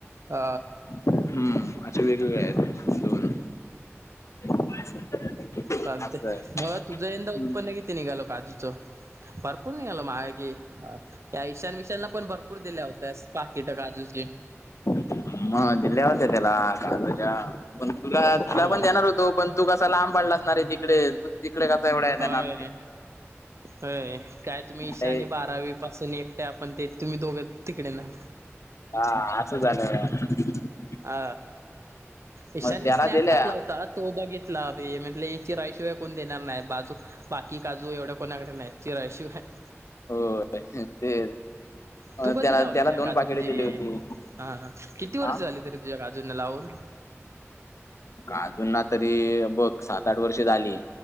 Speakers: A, on the right; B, on the left.
A: अ
B: हम्म असे वेगवेगळे आहेत दोन <unintelligible>
A: चालतय
B: असं आहे
A: मग तुझं यंदा
B: हम्म.
A: उत्पन्न किती निघाल काजूचं भरपूर निघाल माय गे अ या ईशान विशान पण भरपूर दिल्या होत्या पाकिट काजूची
B: मग दिल्ल्या होत त्याला काजूच्या पण तुला
A: होय
B: तुला पण देणार होतो. पण तू कसा लांब पडलास नारे तिकडे मग तिकडे कसा एवढा येणार
A: होय
B: आत
A: होय काय तुम्ही ईशानी
B: ते
A: बारावी पासून एकटे आपण ते तुम्ही दोघं तिकडे ना
B: हा असं झालं ना
A: अ ईशान्य
B: त्याला
A: स्नॅप
B: दिल्या
A: टाकला होता आज तो बघितला बे म्हटले इचारल्या शिवाय कोण देणार नाही काजू बाकी काजू एवढ्या कोणाकडे नाही चीम्या शिवाय
B: हो <unintelligible>
A: तू कधी
B: त्याला
A: लावलेला
B: त्याला दोन
A: काजू
B: पाकिटे
A: ते
B: दिली होती
A: हा किती वर्ष
B: हा
A: झाली कीती झाली तूझ्या काजूना लावुन
B: काजूना तरी बघ सात आठ वर्षे झाली